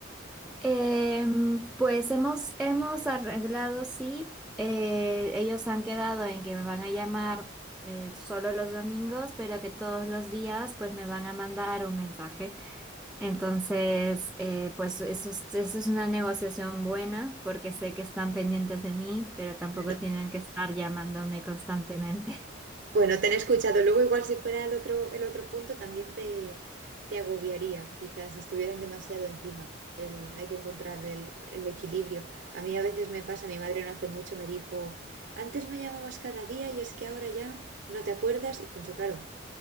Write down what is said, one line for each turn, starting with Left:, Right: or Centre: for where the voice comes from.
Centre: Em, pues hemos, hemos arreglado, sí. eh, ellos han quedado en que me van a llamar eh, solo los domingos, pero que todos los días pues me van a mandar un mensaje. Entonces, eh, pues eso, es- eso es una negociación buena porque sé que están pendientes de mí, pero tampoco
Right: Claro.
Centre: tienen que estar llamándome constantemente. <laughs>
Right: Bueno, te han escuchado. Luego igual si fuera el otro, el otro punto también te, te agobiaría. Quizás estuvieran demasiado encima. El- hay que encontrar el, el equilibrio. A mí a veces me pasa, mi madre no hace mucho me dijo, antes me llamabas cada día y es que ahora ya no te acuerdas. Y pienso, claro,